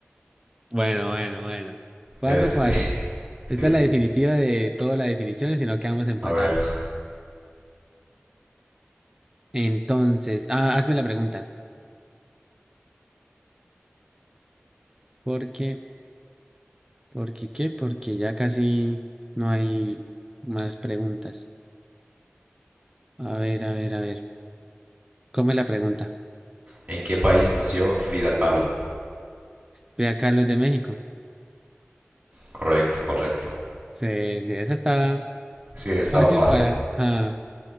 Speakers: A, on the right; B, on the right.
A: Bueno, bueno, bueno. Cuatro,
B: Eh, sí,
A: cuatro.
B: <laughs>
A: Esta
B: sí,
A: es
B: sí.
A: la definitiva de todas las definiciones, si no quedamos empatados.
B: A ver,
A: Entonces, ah, hazme la pregunta. ¿Por qué? ¿Por qué qué? Porque ya casi no hay más preguntas. A ver, a ver, a ver. ¿Cómo es la pregunta?
B: ¿en qué país nació Frida Kahlo?
A: Frida Carlos de México.
B: Correcto, correcto.
A: Sí, sí, esa está
B: Sí, estaba
A: fácil
B: fácil.
A: para. ah,